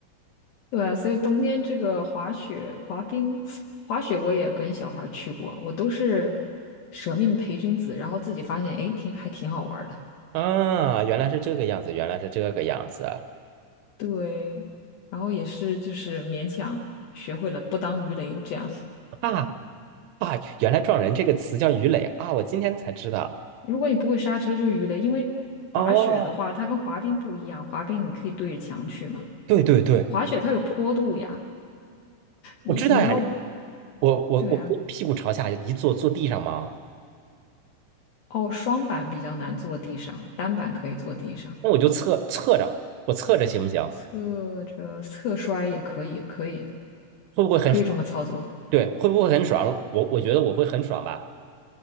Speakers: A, on the left (about 65°); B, on the right (about 80°).
A: 对啊，所以冬天这个滑雪、滑冰、滑雪我也跟小孩儿去过，我都是舍命陪君子，然后自己发现，诶，挺还挺好玩儿的。
B: 啊，原来是这个样子，原来是这个样子啊
A: 对，然后也是就是勉强学会了不当鱼雷这样。
B: 啊！啊原来“撞人”这个词叫鱼雷啊，我今天才知道。
A: 如果你不会刹车就是鱼雷，因为滑雪的话，
B: 哦，
A: 它跟滑冰不一样，滑冰你可以对着墙去嘛，
B: 对对对，
A: 滑雪它有坡度呀，
B: 我知道呀。
A: 你你要。
B: 我我我可以屁股朝下一坐，
A: 对啊，
B: 坐地上吗？
A: 哦，双板比较难坐地上，单板可以坐地上，
B: 那我就侧侧着，我侧着行不行？
A: 侧着侧摔也可以，可以，
B: 会不会很爽？
A: 可以这么操作。
B: 对，会不会很爽？我我觉得我会很爽吧。